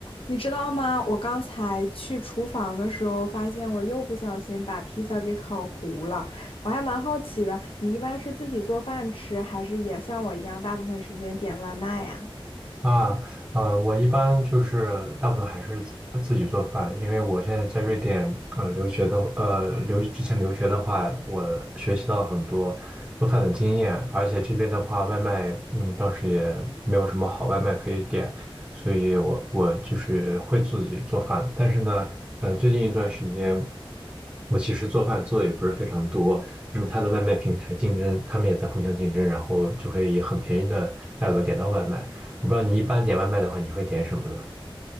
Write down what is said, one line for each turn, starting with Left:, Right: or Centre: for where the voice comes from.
Left: 你知道吗？我刚才去厨房的时候，发现我又不小心把披萨给烤糊了。我还蛮好奇的，你一般是自己做饭吃，还是也像我一样，大部分时间点外卖呀？
Right: 啊，呃，我一般就是大部分还是自自己做饭，因为我现在在瑞典，呃，留学的，呃，留之前留学的话，我学习到很多做饭的经验，而且这边的话，外卖，嗯，当时也没有什么好外卖可以点，所以我我就是会自己做饭，但是呢，呃，最近一段时间，我其实做饭做的也不是非常多，因为它的外卖平台竞争，他们也在互相竞争，然后就会以很便宜的价格点到外卖。我不知道你一般点外卖的话，你会点什么呢？